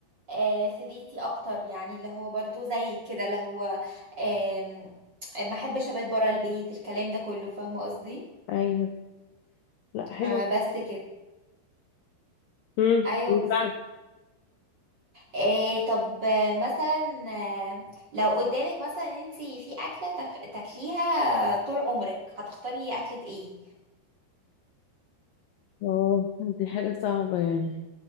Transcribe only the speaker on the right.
آه، في بيتي اكتر يعني اللي هو برضو زي كده اللي هو آم، ما احبش ابات برا البيت الكلام ده كله فاهمه قصدي
آه، بس كده
ايوه
بالظبط
إيه طب آه، مثلا آه، لو قدامك مثلا انت في اكله تخ... تاكليها طول عمرك هتختاري اكله ايه